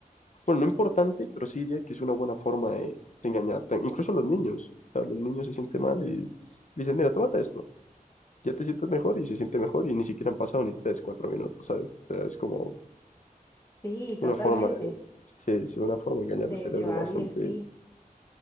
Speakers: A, on the left (about 55°); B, on the left (about 20°).
A: bueno, no importante, pero sí diría que es una buena forma de, de engañar. Incluso a los niños, o sea, los niños se sienten mal y le dicen, mira, tómate esto, ya te sientes mejor y se siente mejor y ni siquiera han pasado ni tres, cuatro minutos, ¿sabes? O sea, es como
B: sí, totalmente.
A: una forma, de- sí, sí, una forma de engañar
B: De,
A: el cerebro
B: de evadir,
A: bastante.
B: sí.